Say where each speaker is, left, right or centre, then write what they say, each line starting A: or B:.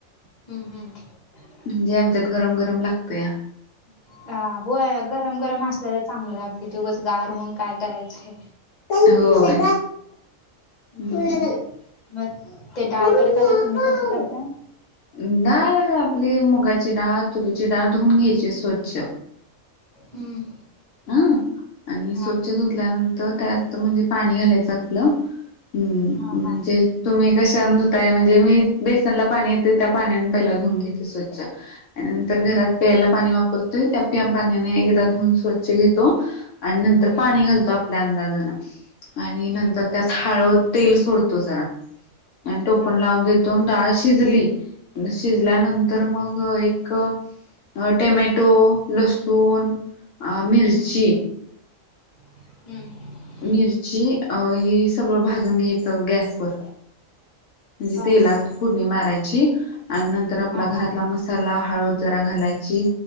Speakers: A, on the left; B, on the left.
A: हम्म-हम्म.
B: म्हणजे आमच्यात गरम-गरम लागत या.
A: हा, होय गरम-गरम असल्याला चांगलं लागते, ते उगच गार होऊन काय करायचय.
B: होय. हम्म.
A: हम्म मग ते डाळ तडका ते तुम्ही कसं करताय
B: हम्म, डाळ आपली मुगाची डाळ, तुरीची डाळ धुवून घ्यायची स्वच्छ
A: हम्म.
B: हं आणि
A: हा
B: स्वच्छ धुतल्यानंतर त्यात म्हणजे पाणी घालायचं आपलं. हम्म,
A: हा
B: म्हणजे
A: हा
B: तुम्ही कशा न धुताय म्हणजे, मी बेसनला पाणी येते त्या पाण्या पहिला धुवून घेते स्वच्छ. त्या नंतर घरात
A: हम्म
B: प्यायला पाणी वापरतोय त्या पाण्याने एकदा धुऊन स्वच्छ घेतो. आणि नंतर
A: हम्म
B: पाणी घालतो आपल्या अंदाजान, आणि
A: हम्म
B: नंतर त्यात हळू तेल सोडतो जरा, आणि तो
A: हा
B: पण लावून देतो. दोन डाळ शिजली, शिजल्यानंतर
A: हम्म
B: मग एक अ, टमॅटो, लसुण, मिरची
A: हम्म हम्म.
B: मिरची, हे सगळं भाजून घ्यायचं गॅसवर. म्हणजे
A: हा
B: तेलात
A: हा
B: फोडणी मारायची. आणि नंतर आपला
A: हा
B: घरातला
A: हा हा
B: मसाला, हळद जरा घालायची.